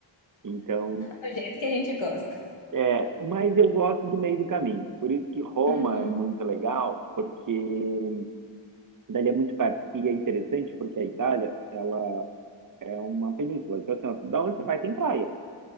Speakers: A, on the right (about 40°); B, on the left (about 70°).
A: Então,
B: Do jeito que a gente gosta.
A: é, mas eu gosto do meio do caminho. Por isso que Roma
B: Uhum.
A: é muito legal, porque dali é muito perto. E é interessante porque a Itália, ela é uma península. Então, assim, ó, da onde você vai tem praia.